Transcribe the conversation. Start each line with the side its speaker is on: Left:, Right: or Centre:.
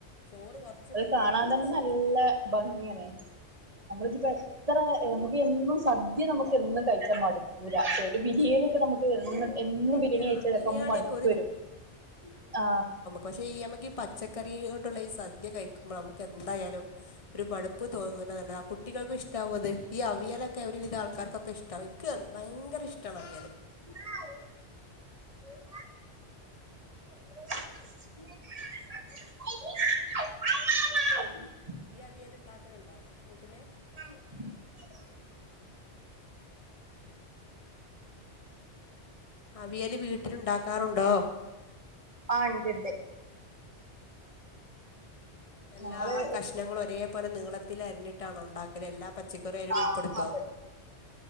Left: ചോറ് കുറച്ച്
Right: അത്
Left: മതി
Right: കാണാൻ
Left: ബാക്കിയൊക്കെ
Right: തന്നെ
Left: സൈഡിൽ
Right: നല്ല ഭംഗിയണ് നമ്മളി ഇത്ര നമുക്ക് എന്നും സദ്യ നമുക്ക് എന്നും കഴിച്ചാൽ മടുക്കൂല്ല ബിരിയാണി
Left: ഇല്ല
Right: ഒക്കെ നമുക്ക് എന്നും എന്നും
Left: ബിരിയാ
Right: ബിരിയാണി കഴിച്ച ചെലപ്പോ
Left: ബിരിയാണിയൊക്കെ
Right: നമുക്ക് മടുപ്പ് വരും ആ
Left: പക്ഷെ ഈ നമക്ക് ഈ പച്ചക്കറികൊണ്ടുള്ള ഈ സദ്യ കഴിക്കുമ്പോൾ നമുക്ക് എന്തായാലും ഒരു മടുപ്പ് തോന്നൂല്ല കുട്ടികൾക്കും ഇഷ്ടാവും അത് ഈ അവിയലൊക്കെ ഒരുവിധ ആൾക്കാർക്കൊക്കെഷ്ടാവും ക്ക് ഭയങ്കര ഇഷ്ടമാണ്അവിയല്
Right: <inaudible> <inaudible> <inaudible>
Left: ഇയ്യവിയൽ ഉണ്ടാക്കലുണ്ടോ വീട്ടില്
Right: <inaudible>
Left: അവിയല് വീട്ടിലുണ്ടാക്കാറുണ്ടോ?
Right: ആ ഇണ്ടിണ്ട്.
Left: എല്ലാ
Right: ഞങ്ങള്
Left: കഷ്ണങ്ങളും ഒരേപോലെ നീളത്തില് അരിഞ്ഞിട്ടാണോ ഉണ്ടാക്കല് എല്ലാ പച്ചക്കറി അയിലുൾപ്പെടുത്തോ?
Right: ആഹ് അതെ